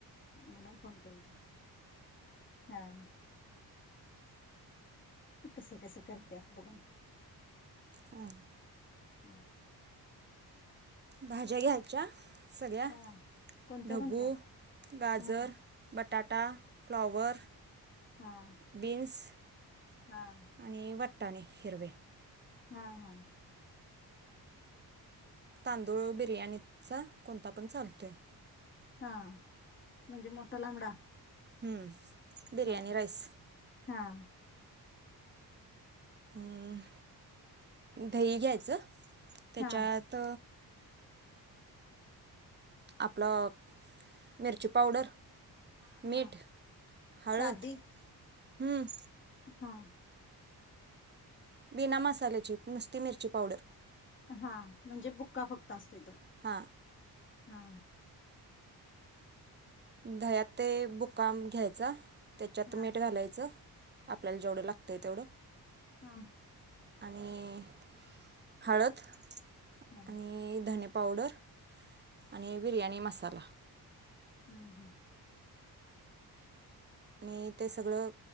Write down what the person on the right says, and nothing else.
हम
भाज्या घ्यायच्या सगळ्या
ढब्बू,
गाजर,
बटाटा, फ्लॉवर,
बिन्स
आणि वट वाटाणे हिरवे
तांदूळ बिर्याणीचा कोणता पण चालतोय
हूं बिर्याणी
राईस
अं दही घ्यायचं त्याच्यात
आपलं मिरची पावडर
मीठ हळद
हम्म
बिना मसाल्याची नुसती मिरची पावडर
हा
दह्यात ते बुकाम घ्यायचा त्याच्यात
मीठ घालायचं आपल्याला जेवढं लागतंय तेवढं
आणि हळद
आणि धने प पावडर आणि बिर्याणी मसाला
आणि ते सगळं